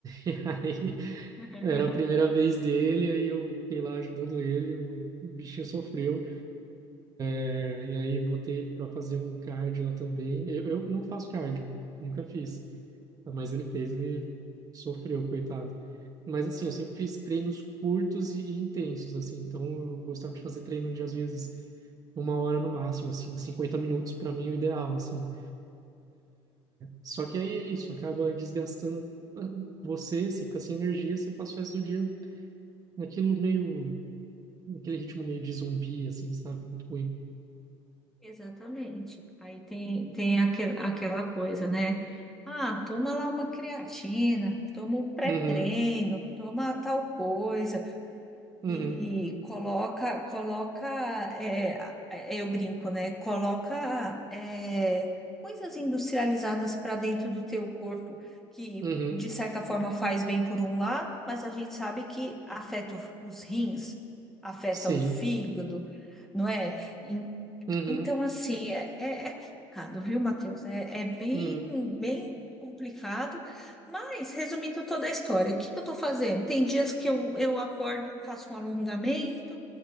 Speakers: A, on the right; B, in the centre.
A: E aí,
B: <laughs>
A: era a primeira vez dele, aí eu fiquei lá ajudando ele, o o bichinho sofreu. É, e aí, botei ele para fazer um cardio lá também. Eu, eu não faço cardio, nunca fiz. Mas ele fez, ele sofreu, coitado. Mas assim, eu sempre fiz treinos curtos e intensos, assim. Então eu gostava de fazer treino de às vezes uma hora no máximo, assim, 50 minutos para mim é o ideal, assim. Só que aí é isso, acaba desgastando ah, você, você fica sem energia, você passa o resto do dia naquilo meio, naquele ritmo meio de zumbi, assim, sabe? Muito ruim.
B: Exatamente. Aí tem, tem aquel, aquela coisa, né? Ah, toma lá uma creatina, toma um pré-treino,
A: Uhum,
B: toma tal coisa.
A: uhum,
B: E, e coloca, coloca, é, é, é, eu brinco, né? Coloca é, coisas industrializadas para dentro do teu corpo que,
A: uhum,
B: de certa forma, faz bem por um lado, mas a gente sabe que afeta o- os rins, afeta
A: sim,
B: o fígado, não é? En-
A: uhum,
B: Então, assim, é, é é complicado, viu, Matheus? É, é bem,
A: uhum,
B: bem complicado. Mas, resumindo toda a história, o que que eu estou fazendo? Tem dias que eu, eu acordo, faço um alongamento,